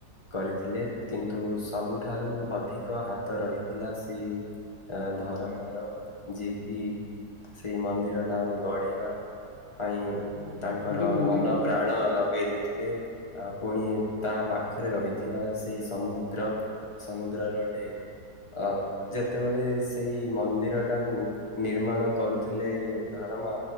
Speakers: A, on the left; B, on the left.
A: କରିଥିଲେ। କିନ୍ତୁ ସବୁଠାରୁ ଅଧିକ ହାତ ରହିଥିଲା ସେଇ ଆ ଧରମାର, ଯିଏ କିି ସେଇ ମନ୍ଦିରଟା ଆଉ ଗଢିବା ପାଇଁ
B: ମୁଣ୍ଡି
A: ତାଙ୍କର
B: ମୁଣ୍ଡି ତୁଳନା
A: ମନ
B: କରିଥିଲେ।
A: ପ୍ରାଣ ଲଗେଇ ଦେଇଥି ଥିଲେ, ପୁଣି ତା ପାଖରେ ରହି ଥିବା ସେଇ ସମୁଦ୍ର, ସମୁଦ୍ରର ଢେଉ ଅ ଯେତେବେଳେ ସେଇ ମନ୍ଦିରଟାକୁ ନିର୍ମାଣ କରୁଥିଲେ ଧର ମା